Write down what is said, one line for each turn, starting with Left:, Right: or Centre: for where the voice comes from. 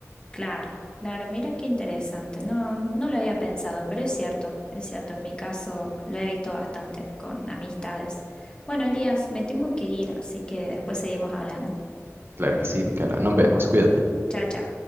Left: Claro, claro, mira qué interesante. No, no lo había pensado, pero es cierto, es cierto. En mi caso lo he visto bastante con amistades. Bueno, Elías, me tengo que ir, así que después seguimos hablando.
Right: Claro que sí, Micaela. Nos vemos. Cuídate.
Left: Chao, chao.